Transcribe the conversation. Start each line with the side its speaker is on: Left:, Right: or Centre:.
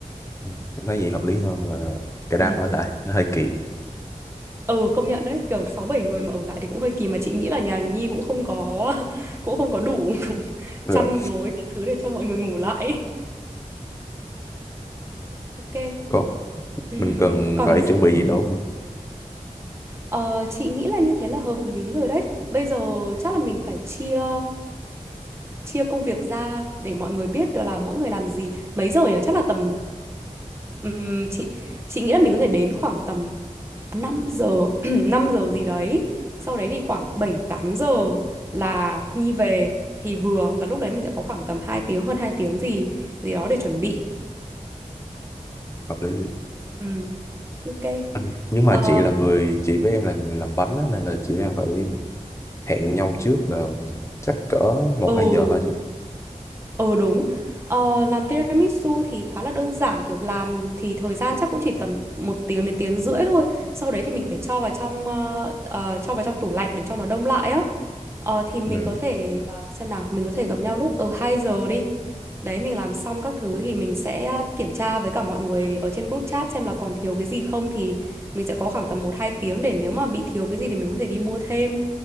Left: Ừ. Em thấy gì hợp lý hơn là cái đám
Right: ừ
Left: ở lại nó hơi kỳ
Right: Ừ công nhận đấy kiểu sáu bảy người mà ở lại thì cũng hơi kỳ mà chị nghĩ là nhà Nhi cũng không có <laughs> cũng không có đủ <laughs>
Left: được
Right: chăn gối các thứ để cho mọi người ngủ lại ấy. Ok
Left: có
Right: Ừm,
Left: mình cần
Right: còn
Left: phải
Right: gì
Left: chuẩn bị gì nữa không?
Right: Ờ, chị nghĩ là như thế là hợp lý rồi đấy bây giờ chắc là mình phải chia chia công việc ra để mọi người biết được là mỗi người làm gì mấy giờ nhỉ chắc là tầm ừm, chị chị nghĩ là mình có thể đến khoảng tầm năm giờ <clears throat> 5 giờ gì đấy sau đấy thì khoảng 7 8 giờ là Nhi về thì vừa là lúc đấy mình sẽ có khoảng tầm 2 tiếng hơn 2 tiếng gì gì đó để chuẩn bị
Left: hợp lý gì
Right: ừ, ok
Left: Ừ. nhưng mà
Right: ờ
Left: chị là người chị với em là người làm bánh á, nên là chị với em phải hẹn nhau trước là chắc cỡ một
Right: ừ
Left: hai giờ thôi chị
Right: ừ đúng ờ, làm tiramisu thì khá là đơn giản kiểu làm thì thời gian chắc cũng chỉ tầm một tiếng đến tiếng rưỡi thôi sau đấy thì mình phải cho vào trong ờ, ờ, cho vào trong tủ lạnh để cho nó đông lại á Ờ thì mình
Left: ừ.
Right: có thể ờ, xem nào, mình có thể gặp nhau lúc ở 2 giờ đi. Đấy mình làm xong các thứ thì mình sẽ ờ, kiểm tra với cả mọi người ở trên group chat xem là còn thiếu cái gì không thì mình sẽ có khoảng tầm một 2 tiếng để nếu mà bị thiếu cái gì thì mình có thể đi mua thêm.